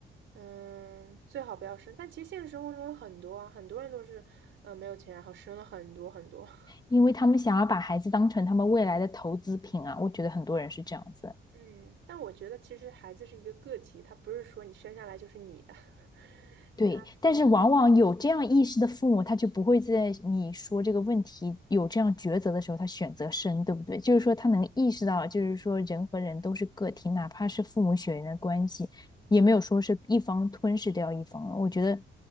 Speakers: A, on the right; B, on the left.
A: 嗯，最好不要生。但其实现实生活中有很多啊，很多人都是，呃，没有钱，然后生了很多很多。<laughs>
B: 因为他们想要把孩子当成他们未来的投资品啊，我觉得很多人是这样子。
A: 嗯，但我觉得其实孩子是一个个体，他不是说你生下来就是你的，<laughs>
B: 对，
A: 他是
B: 但是往往有这样意识的父母，他就不会在你说这个问题有这样抉择的时候，他选择生，对不对？就是说，他能意识到，就是说，人和人都是个体，哪怕是父母血缘的关系，也没有说是一方吞噬掉一方了。我觉得